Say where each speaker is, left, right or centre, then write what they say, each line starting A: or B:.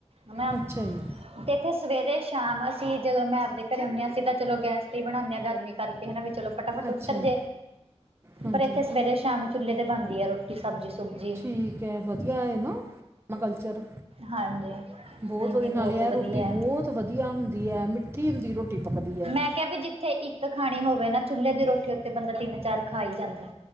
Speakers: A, on the right; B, on the right.
A: ਹਨ।
B: ਅੱਛਾ ਜੀ
A: ਤੇ ਇੱਥੇ ਸਵੇਰੇ ਸ਼ਾਮ ਅਸੀਂ ਜਦੋਂ ਮੈਂ ਆਪਦੇ ਘਰੇ ਹੁੰਦੇ ਸੀ, ਤਾਂ ਚਲੋ ਗੈਸ ਤੇ ਬਣਾਉਂਦੇ ਹਾਂ ਗਰਮੀ ਕਰਕੇ ਵੀ ਚਲੋ, ਫਟਾਫਟ
B: ਅੱਛਾ
A: ਉਤਰ ਜੇ
B: ਜੀ ਹਾਂਜੀ
A: ਪਰ ਇੱਥੇ ਸਵੇਰੇ ਸ਼ਾਮ ਚੁੱਲੇ ਤੇ ਬਣਦੀ ਹੈ ਰੋਟੀ ਸਬਜ਼ੀ ਸੁਬਜੀ
B: ਠੀਕ ਹੈ ਵਧੀਆ ਹੈ ਨਾ, ਕਲਚਰ
A: ਹਾਂਜੀ
B: ਬਹੁਤ
A: ਨਹੀਂ ਨਹੀਂ
B: ਵਧੀਆ ਨਾਲ ਹੈ,
A: ਵਧੀਆ
B: ਰੋਟੀ
A: ਹੈ
B: ਬਹੁਤ ਵਧੀਆ ਹੁੰਦੀ ਹੈ, ਮਿੱਠੀ ਹੁੰਦੀ ਰੋਟੀ ਪੱਕਦੀ ਹੈ
A: ਮੈਂ ਕਿਹਾ ਵੀ ਜਿੱਥੇ ਇੱਕ ਖਾਣੀ ਹੋਵੇ, ਨਾ ਚੁੱਲੇ ਦੀ ਰੋਟੀ ਉੱਤੇ ਬੰਦਾ ਤਿੰਨ ਚਾਰ ਖਾ ਹੀ ਜਾਂਦਾ।